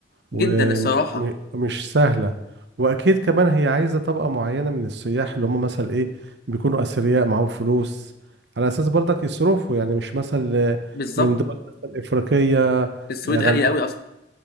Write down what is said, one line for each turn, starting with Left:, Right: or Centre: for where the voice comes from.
Left: جدا
Right: ومش
Left: الصراحة
Right: م- مش سهلة وأكيد كمان هي عايزة طبقة معينة من السياح اللي هم مثلا إيه بيكونوا أثرياء معاهم فلوس على أساس برضك يصرفوا يعني مش مثلا
Left: بالظبط
Right: من دول مثلا إفريقية
Left: السويد
Right: غلبانة
Left: غالية قوي اصلا